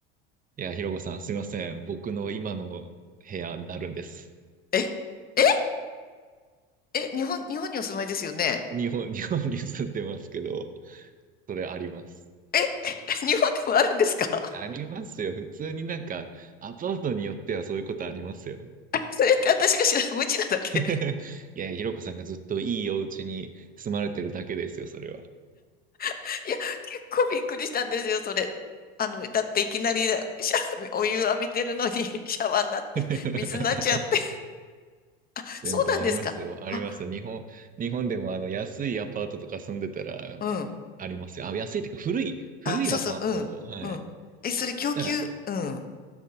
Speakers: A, on the right; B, on the left.
A: いや、ひろこさん、すいません。僕の今の部屋になるんです。
B: <laughs> えええ日本、日本にお住まいですよね。
A: 日本、<laughs> 日本に住んでますけど、それあります。
B: え <laughs> 日本でもあるんですか
A: ありますよ。普通になんか、アパートによってはそういうことありますよ。
B: <laughs> それって私が知らない、無知なだけ。
A: <laughs> いや、ひろこさんがずっといいお家に住まれてるだけですよ、それは。
B: <laughs> いや、結構びっくりしたんですよ、それ。あの、だっていきなり <laughs> シャ、お湯浴びてるのに <laughs> シャワーになって、
A: <laughs>
B: 水になっちゃって。<laughs>
A: 全然ありますよ。
B: そうなんですかあ、
A: あります。日本、日本でもあの安いアパートとか住んでたら
B: うん。
A: ありますよ。あ、安いっていうか古い、古いアパート。
B: あ、そうそう、うん、
A: はい。
B: うん。え、それ供給、
A: たら、
B: うん、